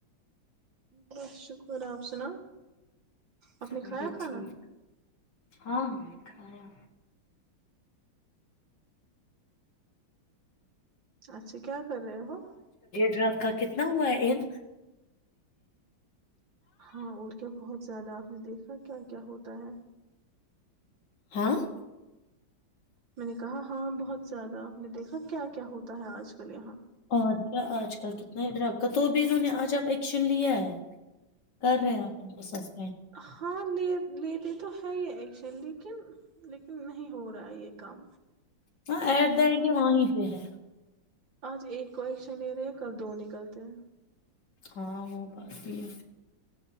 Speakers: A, on the right; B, on the left.
A: بس شکر آپ سنا آپ نے
B: ہم
A: کھایا
B: بھی
A: کھانا
B: ٹھیک ہاں ہم نے کھایا
A: اچھا کیا کر رہے ہو
B: ڈر کا کتنا ہوا ہے ان
A: ہاں اور کیا بہت زیادہ آپ نے دیکھا کیا کیا ہوتا ہے
B: ہاں <unintelligible>
A: میں نے کہا ہاں بہت زیادہ آپ نے دیکھا کیا کیا ہوتا ہے آج کل یہاں
B: اور کیا آج کل کتنا ڈرگ تو بھی انہوں نے آج آپ ایکشن لیا ہے کر رہے ہیں آپ ان کو سس
A: ہاں لیتے تو ہے یہ ایکشن لیکن لیکن نہیں ہو رہا یہ کم
B: ہاں ایٹ دا اینڈ یہ وہیں پہ ہے
A: آج ایک کو ایکشن لے رہے ہیں کل دو نکلتے ہیں
B: ہاں وہ بات بھی ہے